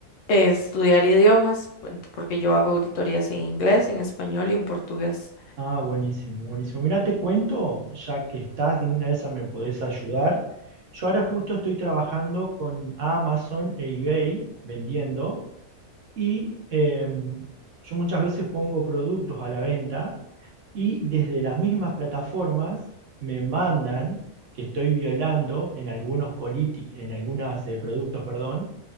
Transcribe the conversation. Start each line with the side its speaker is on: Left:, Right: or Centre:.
Left: eh, estudiar idiomas, puen- porque yo hago auditorías en inglés, en español y en portugués.
Right: Ah, buenísimo, buenísimo. Mirá, te cuento, ya que estás en una de esas me podés ayudar. Yo ahora justo estoy trabajando con Amazon e eBay vendiendo. Y em, yo muchas veces pongo productos a la venta y desde las mismas plataformas me mandan que estoy violando en algunos polític- en algunos productos, perdón,